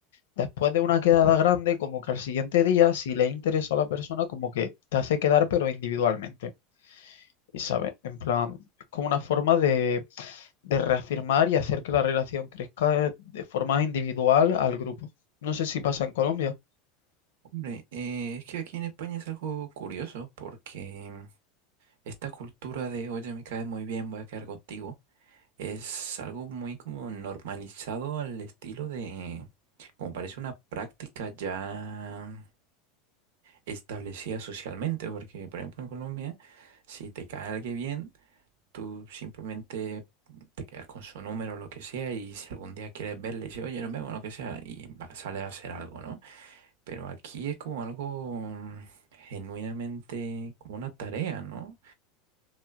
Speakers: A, on the left; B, on the right.
A: después de una quedada grande, como que al siguiente día, si le interesa a la persona, como que te hace quedar pero individualmente. Y sabes, en plan, es como una forma de, de reafirmar y hacer que la relación crezca de forma individual al grupo. No sé si pasa en Colombia.
B: Hombre, eh, es que aquí en España es algo curioso porque esta cultura de, oye, me caes muy bien, voy a quedar contigo, es algo muy como normalizado al estilo de, como parece una práctica ya establecida socialmente, porque por ejemplo en Colombia, si te cae alguien bien, tú simplemente te quedas con su número, o lo que sea, y si algún día quieres verle, dices, oye, nos vemos, lo que sea, y va- sale a hacer algo, ¿no? Pero aquí es como algo mm, genuinamente, como una tarea, ¿no?